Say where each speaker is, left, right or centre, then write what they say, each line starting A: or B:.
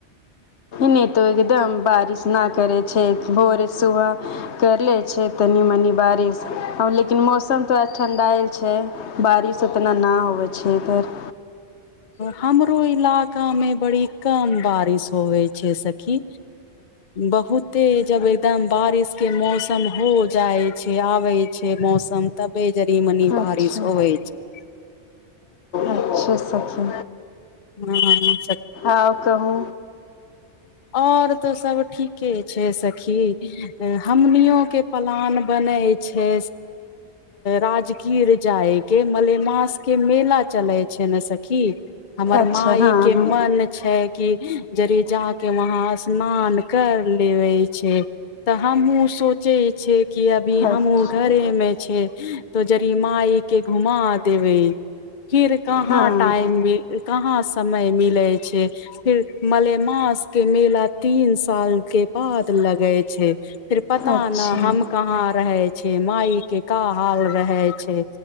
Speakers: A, on the left; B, on the left.
A: नहि तऽ एकदम बारिश नहि करै छै भोरे सुबह करि लै छै तनि मनि बारिश आब लेकिन मौसम तोड़ ठण्डायल छै बारिश उतना नहि होैवै छै इधर
B: हमरो इलाकामे बड़ी कम बारिश होवै छै सखी बहुते जब एकदम बारिशके मौसम हो जाइ छै आबै छै मौसम तबे जड़ी मनी
A: अच्छा
B: बारिश होबै छै
A: अच्छा सखी
B: हूँ
A: आउ कहू
B: आओर तऽ सभ ठीके छै सखी हमनियोके प्लान बनै छै राजगीर जायके मलेमासके मेला चलै छै ने सखी हमर
A: अच्छा
B: माय
A: हँ
B: के
A: हँ
B: मन छै कि जरी जा के वहाँ स्नान कर लेबे छै तऽ हमहु सोचै छीयै कि अभी
A: अच्छा
B: हमहु घरे मे छै तो जरी माय के घुमा देबे फिर कहाँ
A: हँ
B: टाइम मिल कहाँ समय मिले छै फिर मलेमास के मेला तीन साल के बाद लगे छै फीर पता
A: अच्छा
B: न हम कहाँ रहे छी माय के का हाल रहै छै